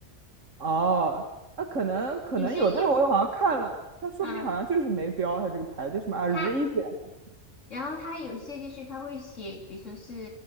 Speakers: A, on the right; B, on the left.
A: 哦，那、可能可能有，
B: 有些衣服，
A: 但是我好像看了，它说不定好像就是没标它这个牌子叫什么
B: 嗯，
A: a r
B: 它。
A: i z n
B: 然后它有些就是它会写，比如说是